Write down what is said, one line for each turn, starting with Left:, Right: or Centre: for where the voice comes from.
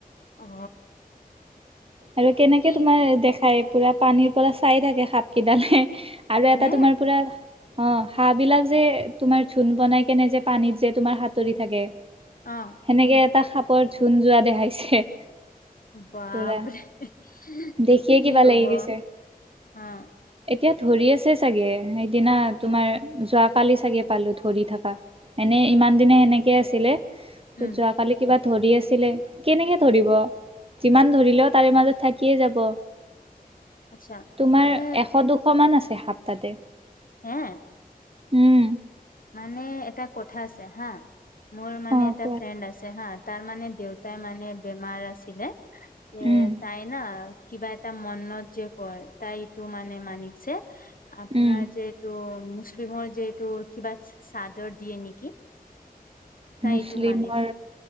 Left: অ।
Right: আৰু কেনেকে
Left: কি
Right: তোমাৰ দেখায় পুৰা পানীৰ পৰা চাই থাকে সাপ কেইডালে- আৰু এটা
Left: হে
Right: তোমাৰ পুৰা- অ হাঁহ বিলাক যে তোমাৰ ঝুন বনাই কেনে যে পানীত যে তোমাৰ সাতৰি থাকে।
Left: অঁ
Right: সেনেকে এটা খাপৰ ঝুণ যোৱা দেখাইছে।
Left: বাপৰে
Right: পুৰা
Left: কি
Right: দেখিয়ে কিবা
Left: হ'ব,
Right: লাগি গৈছে
Left: অ।
Right: এতিয়া ধৰি আছে চাগে! সেইদিনা তোমাৰ যোৱাকালি চাগে পালো ধৰি থাকা। এনে ইমান দিনে সেনেকে আছিলে, ত
Left: উম
Right: যোৱাকালি কিবা ধৰি আছিলে, কেনেকে ধৰিব যিমান ধৰিলে- তাৰে মাজত থাকি এ যাব।
Left: আচ্ছা
Right: তোমাৰ
Left: মানে
Right: এশ দুশ- সমান আছে সাপ তাতে।
Left: অঁ
Right: উম।
Left: মানে এটা কথা আছে হা, মোৰ মানে
Right: অ',
Left: এটা
Right: কোৱা।
Left: ফ্ৰেণ্ড আছে হা, তাৰ মানে দেউতাই মানে বেমাৰ আছিলে, এ
Right: উম,
Left: তাই না কিবা এটা মনত যে কয়, তাই এইটো মানে মানিছে। আপোনাৰ
Right: উম,
Left: যে এটো, মুছলিমৰ যে এটো কিবা চাদৰ দিয়ে নেকি? তাই
Right: মুছলিমৰ
Left: এইটো মানিছ